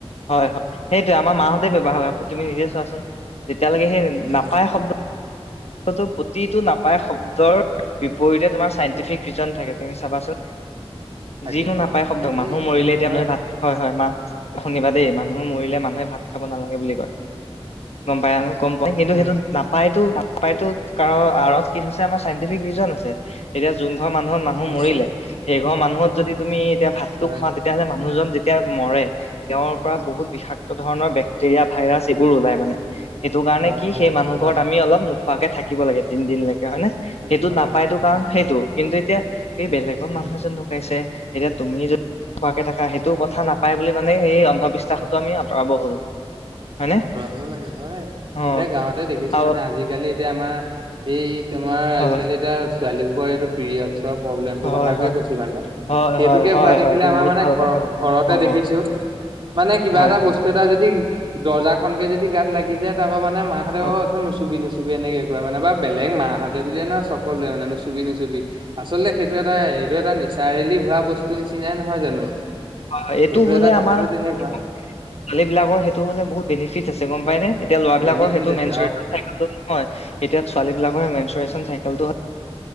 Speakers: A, on the left; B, on the right.
A: হয়- হয় সেইটোয়ে আমাৰ মাহঁতে ব্যৱহাৰ হয় আকৌ তুমি নিজে চোৱাচোন তেতিয়ালৈকে সেই
B: উম
A: নাপায় শব্দ <unintelligible> প্ৰতিটো নাপায় শব্দৰ বিপৰীতে তোমাৰ চাইণ্টিফিক ৰিজন থাকে তুমি চাবাচোন
B: থাকে
A: যিকোনো
B: থাকে
A: নাপায় শব্দ
B: থাকেই
A: মানুহ মৰিলে
B: সেইটো
A: এতিয়া
B: হয়
A: ম ভাত হয় হয় মাত শুনিবা দেই মানুহ মৰিলে মানুহে ভাত খাব নালাগে বুলি কয় গম পাই আনো গম পাই কিন্তু
B: উম
A: সেইটোত নাপায়তো নাপায়তোত কাৰণ আঁৰত কি আছে আমাৰ চাইন্টিফিক ৰিজন আছে এতিয়া যোন ঘৰ মানুহৰ মানুহ
B: আছে
A: মৰিলে সেইঘৰ মানুহত যদি তুমি এতিয়া ভাতটো
B: হয়
A: খোৱা তেতিয়াহ'লে মানুহজন যেতিয়া মৰে তেওঁৰ পৰা বহুত বিষাক্ত ধৰণৰ বেক্টেৰিয়া ভাইৰাছ এইবোৰ ওলাই মানে সেইটো কাৰণে
B: হয়
A: কি
B: হয়
A: সেই মানুহঘৰত
B: হয়
A: আমি অলপ নোখোৱাকে থাকিব লাগে তিনদিন লে হয়নে
B: থাকিব
A: সেইটো নাপাইতো
B: লাগে হয়
A: কাৰণ
B: হয়।
A: সেইটো কিন্তু এতিয়া সেই বেলেগৰ
B: সেইটো
A: মানুহ এজন ঢুকাইছে এতিয়া তুমি যদি নোখোৱাকে থাকা সেইটো কথা নাপাই বুলি মানে সেই অন্ধবিশ্বাসতো
B: উম,
A: আমি আঁতৰাব হ'ল হয়নে
B: আঁতৰাব লাগে হয়।
A: অ
B: এতিয়া গাঁৱতে দেখিছোঁ
A: আৰু
B: মানে আজিকালি এতিয়া আমাৰ এই তোমাৰ
A: হয়,
B: আজিকালি এতিয়া ছোৱালী বোৱাৰী এইটো পিৰিয়ডছৰ প্ৰব্লেমটোৰ
A: হয়,
B: কথাযে
A: হয়,
B: কৈছিলা মোক।
A: হয়,
B: সেইটোকে
A: হয়, হয়,
B: হোৱা দেখিলে
A: হয়, তুমি
B: আমাৰ
A: বহুত
B: মানে
A: ভাল
B: ঘৰ
A: কথা কৈছা
B: ঘৰতে
A: অ',
B: দেখিছোঁ। মানে কিবা
A: হয়,
B: এটা
A: হয়,
B: বস্তু এটা যদি দৰ্জাখন কে যদি গাত লাগি যায়, তাৰপৰা মানে মাহঁতে
A: অ',
B: অহ, এইখন নুচুবি-নুচুবি। এনেকে কয় মানে বা বেলেগ মাহঁতে বুলিয়ে নহয় সকলোৱে মানে নুচুবি-নুচুবি আচলতে সেইটো সেইটো এটা, এইটো এটা নেচাৰেলি হোৱা বস্তু নিচিনাই নহয় জানো?
A: অহ, এইটো
B: সেইটো
A: হ'লে
B: এটা কথাটো
A: আমাৰ <unintelligible>
B: তেনেকুৱা
A: ছোৱালীবিলাকৰ সেইটো সেইটো হ'লে বহুত বেনিফিটচ আছে গম পাইনে? এতিয়া ল'ৰাবিলাকৰ
B: বেনিফিট
A: সেইটো
B: আছে
A: মেনচুৰেতি
B: আৰু
A: <unintelligible> নহয় এতিয়া ছোৱালীবিলাকৰ মেুনচুৰেচন চাইকেলটো হয়